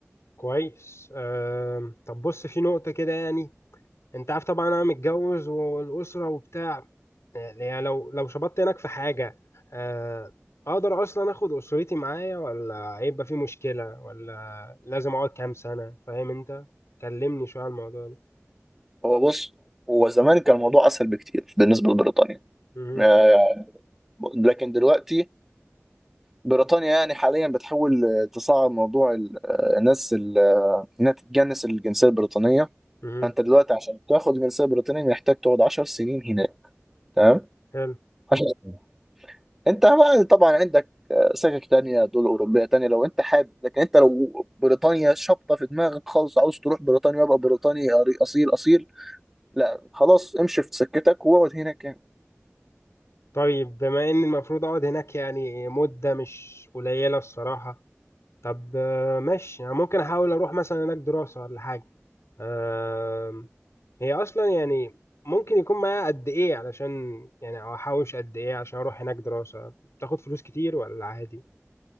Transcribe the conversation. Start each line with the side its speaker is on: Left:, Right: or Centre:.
Left: كويس أم... طب بص في نقطة كده يعني انت عارف طبعا انا متجوز والأسرة وبتاع يعني لو لو شبطت هناك في حاجة أه... اقدر اصلا اخد أسرتي معايا ولا هيبقى في مشكلة ولا لازم اقعد كام سنة فاهم انت كلمني شوية على الموضوع ده
Centre: هو بص هو زمان كان الموضوع اسهل بكتير بالنسبة لبريطانيا
Left: مهم.
Centre: آه، لكن دلوقتي بريطانيا يعني حاليا بتحاول آه، تصعب موضوع ال- آه، الناس انها تتجنس الجنسيه البريطانيه
Left: مهم.
Centre: فانت دلوقتي عشان تاخد الجنسيه البريطانيه محتاج تقعد 10 سنين هناك تمام
Left: حلو
Centre: 10 سنين انت بقى طبعا عندك آه، سكك تانية دول أوروبية تانية لو أنت حابب لكن أنت لو بريطانيا شابطة في دماغك خالص عاوز تروح بريطانيا وأبقى بريطاني أري- أصيل أصيل لا خلاص امشي في سكتك واقعد هناك يعني
Left: طيب بما ان المفروض اقعد هناك يعني مدة مش قليلة الصراحة طب آه، ماشي يعني ممكن احاول اروح مثلا هناك دراسة ولا حاجة آم، هي اصلا يعني ممكن يكون معايا قد ايه علشان يعني او احوش قد ايه عشان اروح هناك دراسة بتاخد فلوس كتير ولا عادي